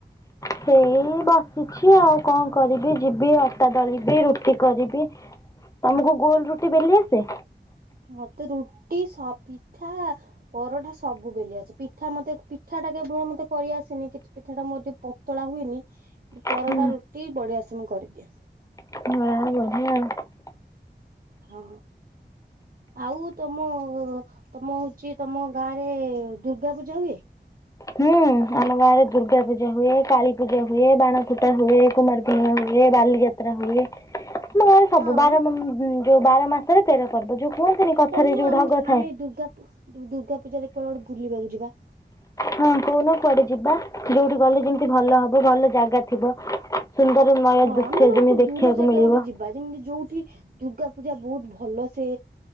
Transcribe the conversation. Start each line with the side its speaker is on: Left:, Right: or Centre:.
Left: ସେଇ ବସିଛି ଆଉ କଣ କରିବି ଯିବି ଆ ଅଟା ଦଳିବି ରୁଟି କରିବି ତମକୁ ଗୋଲ ରୁଟି ବେଲି ଆସେ?
Right: ମତେ ରୁଟି ସା ପିଠା ପରଟା ସବୁ ବେଲି ଅସେ ପିଠା ମତେ ପିଠା ଟା କେବଳ ମତେ କରିଆସେନି କିଛି ପିଠା ଟା ମଧ୍ୟ ପତଳା ହୁଏନି ପରଟା
Left: ହୁଁ
Right: ରୁଟି ବଢ଼ିଆସେ ମୁଁ କରିଦିଏ।
Left: ହଁ ବଢ଼ିଆ।
Right: ହଁ। ଆଉ ତମ ତମ ହଉଛି ତମ ଗାଁ ରେ ଦୁର୍ଗା ପୂଜା ହୁଏ?
Left: ହୁଁ ଆମ ଗାଁରେ ଦୁର୍ଗା ପୂଜା ହୁଏ କାଳୀ ପୂଜା ହୁଏ ବାଣ ଫୁଟା ହୁଏ କୁମାରପୂର୍ଣ୍ଣିମା ହୁଏ ବାଲିଯାତ୍ରା ଯାତ୍ରା ହୁଏ ମାନେ ସବୁ
Right: ହଁ।
Left: ବାର ଯୋଉ ବାର ମାସରେ ତେର ପର୍ବ ଯୋଉ କୁହନ୍ତିନି କଥାରେ
Right: ଚାଲୁନୁ
Left: ଯୋଉ
Right: ଆମେ
Left: ଢଗ ଥାଏ।
Right: ଆମେ ଦୁର୍ଗା ଦୁର୍ଗା ପୂଜାରେ କୁଆଡ଼େ ବୁଲିବାକୁ ଯିବା।
Left: ହଁ କହୁନ କୁଆଡ଼େ ଯିବା ଯୋଉଠି ଗଲେ ଯେମିତି ଭଲ ହବ ଭଲ ଜାଗା ଥିବ। ସୁନ୍ଦର ନୂଆ
Right: ହଁ
Left: ଦୃଶ୍ୟ
Right: ଆମେ ଗୋଟେ
Left: ଯେମିତି ଦେଖିବାକୁ
Right: ଦୂର ଜାଗା
Left: ମିଳିବ।
Right: ଗୋଟେ ଯିବା ଯୋଉଠି ଦୁର୍ଗା ପୂଜା ବହୁତ ଭଲସେ